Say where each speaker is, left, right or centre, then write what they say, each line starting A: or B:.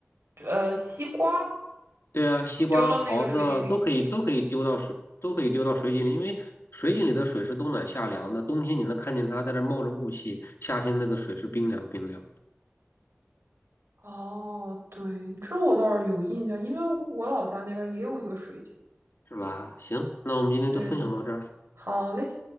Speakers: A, on the right (about 80°); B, on the left (about 65°).
A: 呃西瓜。
B: 对啊，西瓜、
A: 丢到那个水井里。
B: 桃子啊都可以，都可以丢到水，都可以丢到水井里，因为水井里的水是冬暖夏凉的，冬天你能看见它在这冒着雾气，夏天那个水是冰凉冰凉，
A: 哦，对，这我倒是有印象，因为我老家那边也有一个水井。
B: 是吧？行，那我们今天就分享到这儿。
A: 对，好嘞，